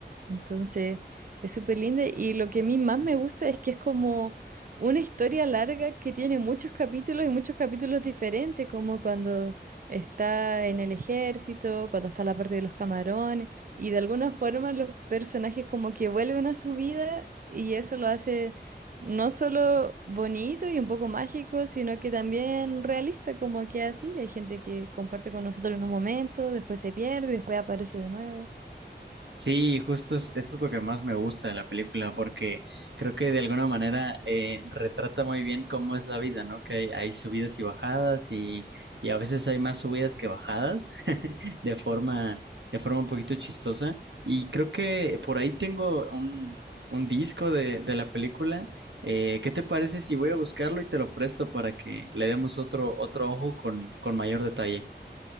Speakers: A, on the right; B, on the right.
A: entonces, es súper linda y lo que a mí más me gusta es que es como una historia larga que tiene muchos capítulos y muchos capítulos diferentes, como cuando está en el ejército, cuando está la parte de los camarones y de alguna forma los personajes como que vuelven a su vida y eso lo hace no solo bonito y un poco mágico, sino que también realista, como que así, hay gente que comparte con nosotros en un momento, después se pierde después aparece de nuevo.
B: Sí, justo es- eso es lo que más me gusta de la película, porque creo que de alguna manera eh, retrata muy bien cómo es la vida, ¿no? Que hay, hay subidas y bajadas y, y a veces hay más subidas que bajadas, <laughs> de forma, de forma un poquito chistosa. Y creo que por ahí tengo un, un disco de, de la película. Eh, ¿qué te parece si voy a buscarlo y te lo presto para que le demos otro, otro ojo con, con mayor detalle?